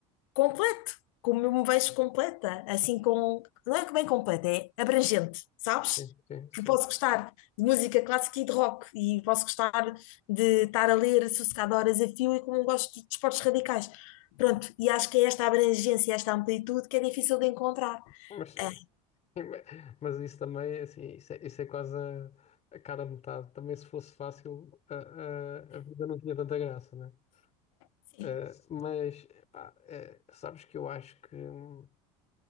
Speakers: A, on the left (about 80°); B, on the left (about 40°).
A: completo, como eu me vejo completa, assim com, não é que bem completa, é abrangente, sabes?
B: sim, sim, sim.
A: Eu posso gostar de música clássica e de rock, e posso gostar de estar a ler sossegado horas a fio, e como gosto de desportos radicais. Pronto, e acho que é esta abrangência, esta amplitude que é difícil de encontrar.
B: Mas <laughs>
A: Ah,
B: Mas isso também, assim, isso é, isso é quase a, a cara a metade. Também se fosse fácil, a, a- a vida não tinha tanta graça, né?
A: sim.
B: Eh, mas, pá, eh, sabes que eu acho que hum,